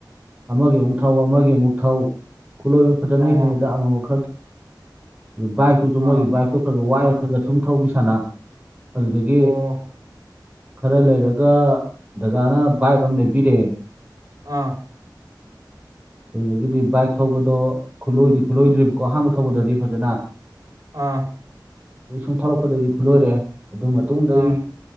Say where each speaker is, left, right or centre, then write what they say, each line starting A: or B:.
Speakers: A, on the right (about 15°); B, on the right (about 50°).
A: ꯑꯃꯒꯤ ꯑꯃꯨꯛ ꯊꯧ ꯑꯃꯒꯤ ꯑꯃꯨꯛ ꯊꯧ ꯈꯨꯠꯂꯣꯏꯕ ꯐꯖꯅ
B: ꯑꯣ
A: ꯍꯩꯇ꯭ꯔꯤꯉꯩꯗ ꯑꯃꯝꯕ ꯈꯔ ꯑꯗꯨ ꯕꯥꯏꯛꯇꯨꯁꯨ
B: ꯑꯥ
A: ꯃꯣꯏꯒꯤ ꯕꯥꯏꯛꯇꯨ ꯈꯔꯒ ꯋꯥꯏꯔ ꯈꯔꯒ ꯁꯨꯝ ꯊꯧꯕꯤ ꯁꯥꯅ ꯑꯗꯨꯗꯒꯤ
B: ꯑꯣ
A: ꯈꯔ ꯂꯩꯔꯒ ꯗꯗꯥꯅ ꯕꯥꯏꯛ ꯑꯃ ꯂꯩꯕꯤꯔꯑꯦ
B: ꯑꯥ
A: ꯑꯗꯨꯗꯒꯤꯗꯤ ꯕꯥꯏꯛ ꯊꯧꯕꯗꯣ ꯈꯨꯠꯂꯣꯏꯗꯤ ꯈꯨꯠꯂꯣꯏꯗ꯭ꯔꯤꯕꯀꯣ ꯑꯍꯥꯟꯕ ꯊꯧꯕꯗꯗꯤ ꯐꯖꯅ
B: ꯑꯥ
A: ꯑꯗꯩꯩ ꯁꯨꯝ ꯊꯧꯔꯛꯄꯗꯩꯩꯗꯤ ꯈꯨꯠꯂꯣꯏꯔꯦ ꯑꯗꯨ ꯃ ꯃꯇꯨꯡꯗ
B: ꯑꯥ
A: ꯑꯩ